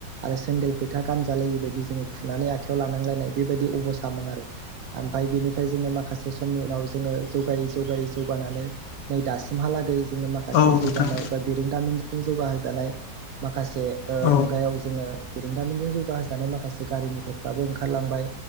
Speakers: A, on the right (about 65°); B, on the left (about 70°).
A: आरो सेन्देल फैथा गानजालायि बायदि जोङो खुनानै आखाइायाव लानांलायनाय बेबायदि अबस्थामोन आरो ओमफ्राय बेनिफ्राय जोङो मा खासे समनि उनाव जोङो जौगायै जौगायै जौगानानै नै दासिमहालागै माखासे
B: औ नोंथां
A: जौगानाय बा बिरोंदामि जौगाहोजानाय माखासे ओ
B: औ
A: मुगायाव जोङो बेरोंदामिजों जौगाहोजानाय माखासे गारि मथरफ्राबो ओंखारलांबाय